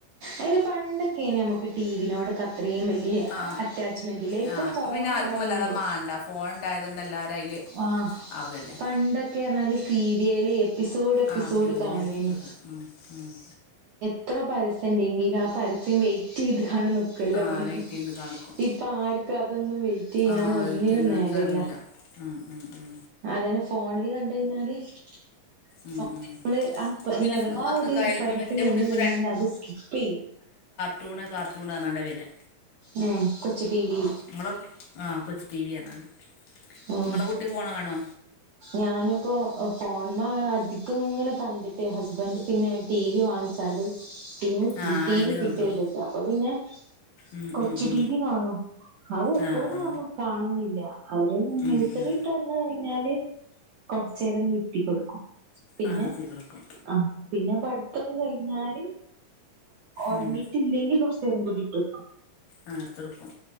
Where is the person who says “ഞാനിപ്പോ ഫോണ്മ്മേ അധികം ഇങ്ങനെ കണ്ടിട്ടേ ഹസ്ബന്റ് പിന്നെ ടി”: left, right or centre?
Right